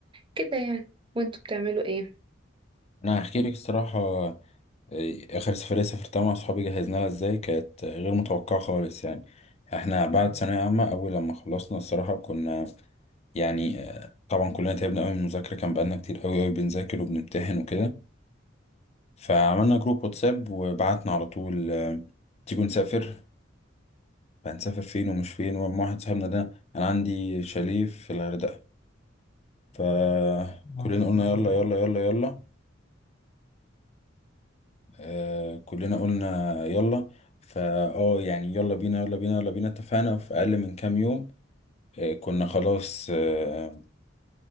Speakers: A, on the right; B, on the left.
A: كده يعني وانتوا بتعملوا ايه؟
B: انا هحكي لك الصراحه آه، اخر سفريه سافرتها مع اصحابي جهزنا لها ازاي كانت غير متوقعه خالص يعني احنا بعد ثانويه عامه اول لما خلصنا الصراحه كنا يعني آه، طبعا كلنا تعبنا قوي من المذاكره كان بقالنا كتير قوي قوي بنذاكر وبنمتحن وكده فعملنا جروب واتساب وبعتنا على طول آه، تيجوا نسافر فهنسافر فين ومش فين ومع واحد صاحبنا ده انا عندي شاليه في الغردقة فكلنا قلنا يلا يلا يلا يلا آه كلنا قلنا يلا فا اه يعني يلا بينا يلا بينا يلا بينا اتفقنا في اقل من كام يوم آه كنا خلاص آه،